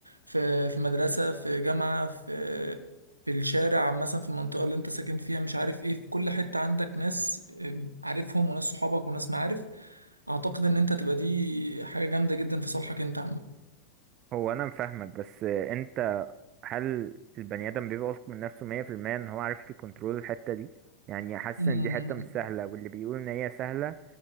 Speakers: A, on the right; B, on the right.
A: في في مدرسة في جامعة في في الشارع مثلا في المنطقة اللي انت ساكن فيها مش عارف ايه في كل حتة عندك ناس آه، عارفهم وناس صحابك وناس معارف اعتقد ان انت تبقى دي حاجة جامدة جدا في صالحك انت
B: هو انا فاهمك بس انت هل البني آدم بيبقى واثق من نفسه 100% إن هو عارف يكنترول الحتة دي يعني حاسس
A: عامة
B: إن دي حتة مش سهلة واللي بيقول إن هي سهلة